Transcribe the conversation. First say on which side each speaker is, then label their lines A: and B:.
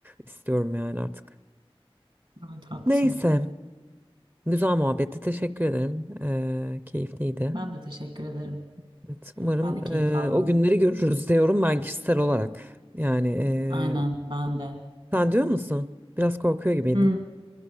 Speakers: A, on the right; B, on the right.
A: istiyorum yani artık.
B: Evet, haklısın.
A: Neyse. Güzel muhabbetti. Teşekkür ederim. Ee, keyifliydi.
B: Ben de teşekkür ederim.
A: Evet, umarım
B: Ben de keyif
A: eee,
B: aldım.
A: o günleri görürüz diyorum ben kişisel olarak. Yani eee,
B: Aynen, ben de.
A: sen diyor musun? Biraz korkuyor gibiydin.
B: Hmm.